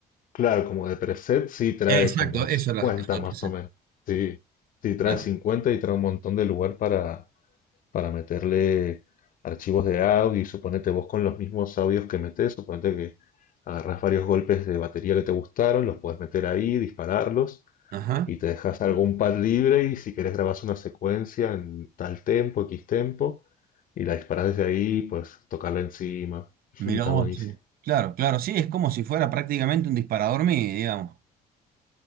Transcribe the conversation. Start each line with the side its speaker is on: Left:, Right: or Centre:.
Left: Claro, como de preset sí trae
Right: Eh, exacto,
Left: como
Right: eso
Left: 50
Right: es la, eso es
Left: más
Right: lo que se-
Left: o menos. Sí, sí trae
Right: claro.
Left: 50 y trae un montón de lugar para, para meterle archivos de audio y suponete vos con los mismos audios que metés, suponete que agarrás varios golpes de batería que te gustaron, los puedes meter ahí, dispararlos
Right: Ajá.
Left: y te dejas algún pad libre y si querés grabás una secuencia en tal tempo, X tempo y la disparás desde ahí, pues tocarla encima. <laughs>
Right: Mira
Left: Está
Right: vos,
Left: buenísimo.
Right: sí. Claro, claro, sí, es como si fuera prácticamente un disparador MIDI, digamos.